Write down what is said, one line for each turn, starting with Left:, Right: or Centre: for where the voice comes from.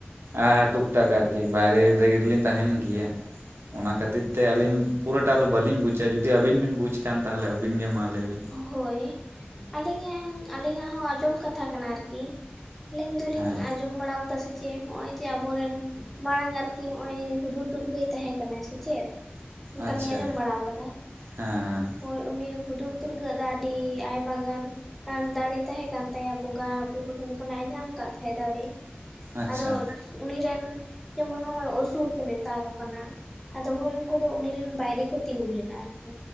Right: ᱟ ᱴᱩᱠ ᱴᱟᱠ ᱟᱨᱠᱤ ᱵᱟᱭᱨᱮ ᱨᱮᱜᱮᱞᱤᱧ ᱛᱟᱦᱮᱱ ᱜᱮᱭᱟ ᱚᱱᱟ ᱠᱷᱟᱹᱛᱤᱨ ᱛᱮ ᱟᱹᱞᱤᱧᱼᱼ ᱯᱩᱨᱟᱹᱴᱟ ᱫᱚ ᱵᱟᱹᱞᱤᱧ ᱵᱩᱫᱟ ᱡᱩᱫᱤ ᱟᱹᱵᱤᱱ ᱵᱤᱱ ᱵᱩᱡᱽ ᱠᱷᱟᱱ ᱛᱟᱦᱚᱞᱮ ᱟᱹᱵᱤᱱ ᱜᱮ ᱢᱟ ᱞᱟᱹᱭᱵᱤᱱ᱾
Centre: ᱦᱳᱭ ᱟᱹᱞᱤᱧᱟᱜ ᱟᱹᱞᱤᱧᱟᱜ ᱦᱚᱸ ᱟᱸᱡᱚᱢ ᱠᱟᱛᱷᱟ ᱠᱟᱱᱟ ᱟᱨᱠᱤ᱾ ᱟᱹᱞᱤᱧ ᱫᱚᱞᱤᱧ
Right: ᱦᱮᱸ
Centre: ᱟᱸᱡᱚᱢ ᱵᱟᱲᱟ ᱠᱟᱫᱟ ᱥᱮ ᱪᱮᱫ ᱦᱚᱜ ᱚᱭ ᱡᱮ ᱟᱵᱚᱨᱮᱱᱼᱼ ᱢᱟᱲᱟᱝ ᱟᱨᱠᱤ ᱦᱚᱜᱼᱚᱭ ᱦᱩᱫᱩᱨᱼᱫᱩᱨᱜᱟᱹᱭ ᱛᱟᱦᱮᱸ ᱠᱟᱱᱟᱭ ᱥᱮ ᱪᱮᱫ? ᱚᱱᱠᱟ
Right: ᱟᱪᱪᱷᱟ
Centre: ᱞᱤᱧ ᱟᱸᱡᱚᱢ ᱵᱟᱲᱟ ᱠᱟᱫᱟ
Right: ᱦᱮᱸ ᱦᱮᱸ
Centre: ᱦᱳᱭ ᱩᱱᱤ ᱦᱩᱫᱩᱲ ᱫᱩᱨᱜᱟᱹ ᱟᱜ ᱫᱚ ᱟᱹᱰᱤ ᱟᱭᱢᱟ ᱜᱟᱱᱼᱼ ᱫᱟᱲᱮ ᱛᱟᱦᱮᱸ ᱠᱟᱱ ᱛᱟᱭᱟ ᱵᱚᱸᱜᱟ ᱵᱩᱨᱩ ᱴᱷᱮᱱ ᱠᱷᱚᱱᱟᱜ ᱮ ᱧᱟᱢ ᱠᱟᱫ ᱛᱟᱦᱮᱸ ᱫᱟᱲᱮ᱾
Right: ᱟᱪᱪᱷᱟ
Centre: ᱟᱫᱚ ᱩᱱᱤ ᱨᱮᱱ ᱡᱮᱢᱚᱱ ᱱᱚᱜ ᱚᱭ ᱚᱥᱩᱨ ᱠᱚ ᱢᱮᱛᱟ ᱠᱚ ᱠᱟᱱᱟ ᱟᱫᱚ ᱦᱳᱭ ᱩᱱᱠᱩ ᱫᱚ ᱩᱱᱤ ᱨᱮᱱ ᱵᱟᱭᱨᱤ ᱠᱚ ᱛᱤᱸᱜᱩ ᱞᱮᱱᱟ ᱟᱨᱠᱤ